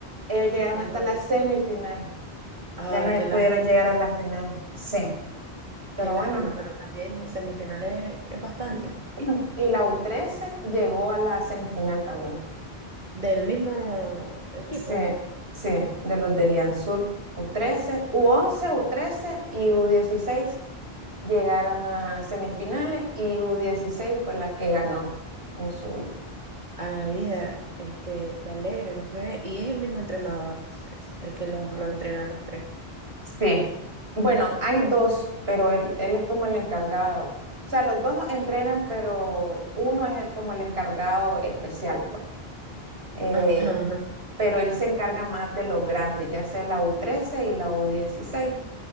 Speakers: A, on the right; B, on the right.
A: ellos llegaron
B: Ah,
A: hasta la semifinal,
B: ah,
A: ya no
B: la- qué lástima,
A: pudieron llegar a la final, sí, pero
B: qué lástima,
A: bueno.
B: pero también en semifinales es bastante.
A: <clears throat> Y la u trece llegó a la semifinal también,
B: Del mismo equipo.
A: sí, sí, de los de Liansur. u trece, u once, u trece y u dieciséis llegaron a semifinales y u dieciséis fue la que ganó en su
B: a la vida, este, que alegre, no sé, y es el mismo entrenador, el que los lo entrena a los tres.
A: Sí. Bueno, hay dos, pero él, él es como el encargado. O sea, los dos los entrenan, pero uno es el- como el encargado especial, pues. Eh,
B: Ajá, ajá.
A: pero él se encarga más de los grandes, ya sea la u trece y la u dieciséis,